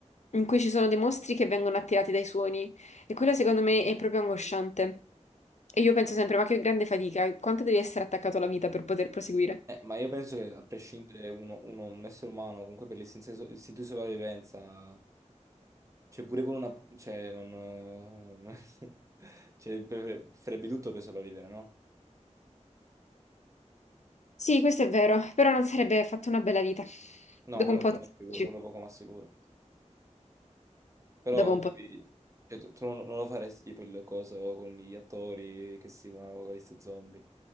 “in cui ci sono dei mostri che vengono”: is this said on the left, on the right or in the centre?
Left